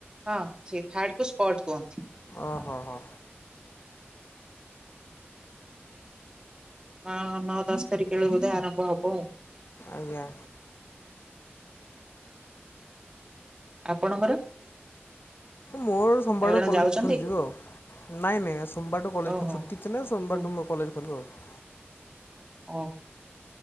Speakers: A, on the right; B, on the left.
A: ହଁ ସେ ଥାର୍ଡ କୁ ସ୍ପଟ କୁହନ୍ତି।
B: ଓ
A: ହଁ
B: ହୋ ହୋ।
A: ହଁ ନଅ ଦଶ ତାରିଖ ବେଳେ ବଧେ ଆରମ୍ଭ ହବ।
B: ଆଜ୍ଞା।
A: ଆପଣଙ୍କର?
B: ମୋର ସୋମବାରଠୁ
A: ଆପଣ
B: କଲେଜ
A: ଯାଉଛନ୍ତି
B: ଖୋଲିଯିବ ଆଉ ନାଇଁ ନାଇଁ ସୋମବାରଠୁ କଲେଜ
A: ଓହୋ।
B: ଛୁଟି। ନା ସୋମବାର
A: ହୁଁ
B: ମୁଁ କଲେଜ ଖଲିବ ଆଉ।
A: ଓ।